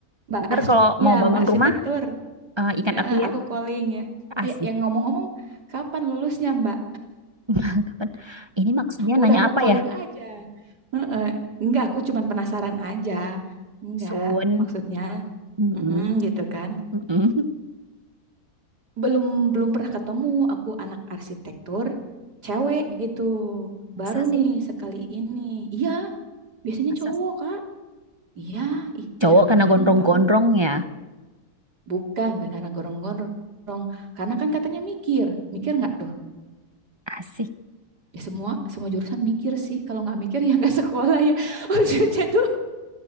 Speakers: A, on the right; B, on the right.
A: Mbak
B: Ntar
A: Ars-
B: kalau mau
A: ya,
B: bangun
A: Mbak arsitektur.
B: rumah, eh, ingat
A: Ya,
B: aku ya.
A: aku calling ya.
B: Asik.
A: Ya, yang ngomong-ngomong, kapan lulusnya, Mbak?
B: <laughs> Kapan? Ini maksudnya
A: Udah
B: nanya
A: mau
B: apa
A: calling
B: ya?
A: aja. Heeh. Enggak, aku cuman penasaran aja. Enggak,
B: Soon.
A: maksudnya
B: Mm-mm.
A: mm-mm, gitu kan.
B: Mm-mm.
A: Belum belum pernah ketemu aku anak arsitektur cewek gitu. Baru
B: Masa sih?
A: nih sekali ini. Iya, biasanya
B: Masa
A: cowok,
B: sih?
A: Kak. Iya, ih
B: cowok
A: jarang-jarang
B: kena gondrong-gondrong
A: tahu.
B: ya?
A: Bukan, bukan karena gorong-gorong. Karena kan katanya mikir. Mikir nggak tuh?
B: Asik.
A: Ya semua semua jurusan mikir sih. Kalau nggak mikir ya nggak sekolah ya. <laughs> Maksudnya tuh